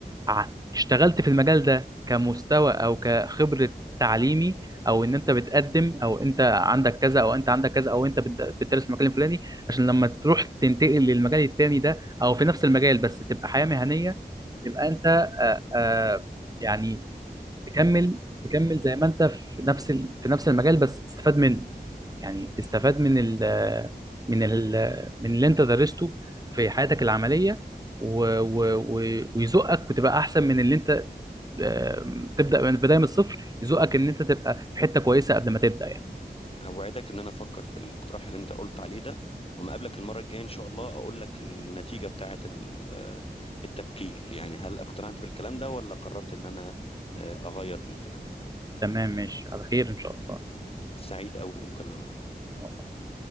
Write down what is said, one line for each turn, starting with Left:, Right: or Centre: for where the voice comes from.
Right: ع- اشتغلت في المجال ده كمستوى او كخبرة تعليمي او ان انت بتقدم او انت عندك كذا او انت عندك كذا او انت بت- بتدرس في المجال الفلاني عشان لما تروح تنتقل للمجال التاني ده او في نفس المجال بس تبقى حياة مهنية تبقى انت آه، آه، يعني تكمل تكمل زي ما انت في نفس ال- في نفس المجال بس تستفاد منه يعني تستفاد من ال من ال من اللي انت درسته في حياتك العمليه و و و ويزقك وتبقى احسن من اللي انت آم، تبدا من بدايه من الصفر يزقك ان انت تبقى في حته كويسه قبل ما تبدا يعني
Left: اوعدك ان انا افكر في الاقتراح اللي انت قلت عليه ده وما اقابلك المره الجايه ان شاء الله اقول لك النتيجه بتاعه ال- آه، التفكير يعني هل اقتنعت بالكلام ده ولا قررت ان انا آه، اغير الفكره
Right: تمام ماشي على خير ان شاء
Left: سعيد قوي بالمكالمه معاك
Right: الله